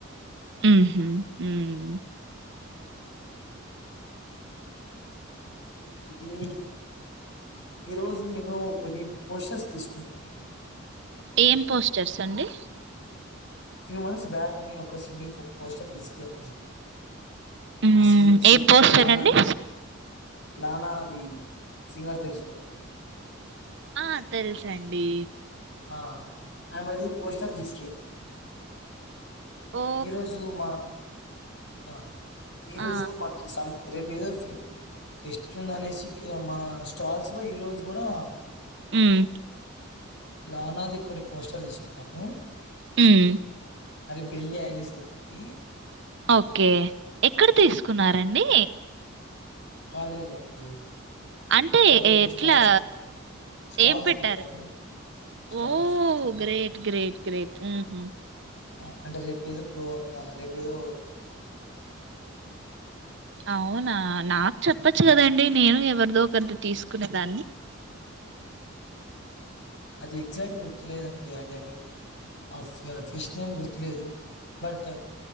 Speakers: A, on the right; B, on the left.
A: ఉహు ఉమ్
B: ఇది ఈరోజు నేను కొన్ని పోస్టర్స్ తీస్కున్నానండీ
A: ఏం పోస్టర్స్ండీ
B: ఫ్యూ మంత్స్ బ్యాక్ నేను ఒక సింగిల్ పోస్టర్ తీస్కేయండి
A: హ్మ్
B: ఒక సి సిల్క్
A: ఏం పోస్టర్
B: లానా
A: అండి
B: లానా అది సింగర్ తెల్స్కో డికీ
A: ఆ తెల్సండీ
B: ఆ ఆమే ది పోస్టర్ తీస్కే
A: ఓ
B: ఈరోజు మా ఆ ఈరోజు
A: ఆ
B: మాకి సం రేపు ఏదో ఫెస్ట్ ఉంది అనేసి కి మా స్టాల్స్ లో ఈరోజు కూడా
A: ఉమ్
B: లనాదిక్కటి పోస్టర్ తీసు నాను
A: హ్మ్
B: మళ్ళి బెల్లిి ఐలిస్ దోకటి
A: ఓకే ఎక్కడ తీసుకున్నారండి
B: కాలేజ్లో అండి
A: అంటే
B: కాలేజ్‌లో
A: ఎట్లా
B: స్టాల్స్ పెట్టారు. స్టాల్స్
A: ఏం పెట్టారం
B: పెట్టారు. స్టాల్స్.
A: ఓ
B: ఆ!
A: గ్రేట్ గ్రేట్ గ్రేట్ మ్ హు
B: అ అంటే రేపెదో పో ఆ రేపెదో
A: అవునా నాకు చెప్పచ్చు కదం డి నేను ఎవరిదో ఒకరిది తీసుకునే దాన్ని
B: అది ఎగ్జాక్ట్ గుర్తులేదండి అంటే మీ ఆ ఫె ఫెస్ట్ వేమ్ గుర్తులేదు బట్